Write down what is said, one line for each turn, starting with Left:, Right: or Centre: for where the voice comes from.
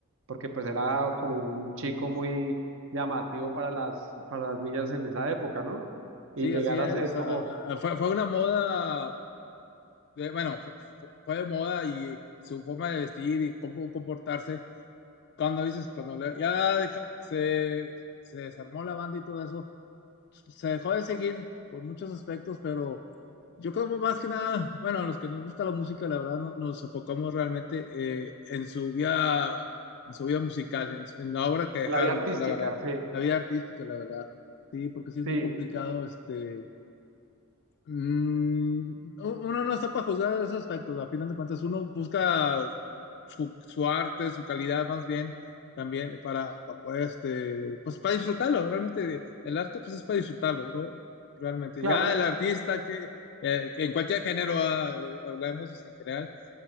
Right: porque pues era como un chico muy llamativo para las, para las niñas en esa época, ¿no?
Left: sí,
Right: Y llegar
Left: así es,
Right: a ser
Left: o sea,
Right: como
Left: fue, fue una moda, de- bueno, fue, fue de moda y su forma de vestir y cómo comportarse. Cuando dices, cuando le- ya deja- se, se desarmó la banda y todo eso se dejó de seguir por muchos aspectos, pero yo creo más que nada, bueno, a los que nos gusta la música, la verdad, no- nos enfocamos realmente eh, en su vida, en su vida musical, en, en la obra que dejaron,
Right: en la vida artística,
Left: la, la verdad,
Right: sí,
Left: la vida artística, la verdad. Sí, porque sí es
Right: sí,
Left: muy complicado, este, Mm, uno no está para juzgar esos aspectos, a final de cuentas, uno busca su, su arte, su calidad más bien, también para, para poder, este, pues para disfrutarlo, realmente el arte pues es para disfrutarlo, ¿no? Realmente,
Right: claro.
Left: ya el artista que, eh, que en cualquier género ah, eh, hablemos este, en general,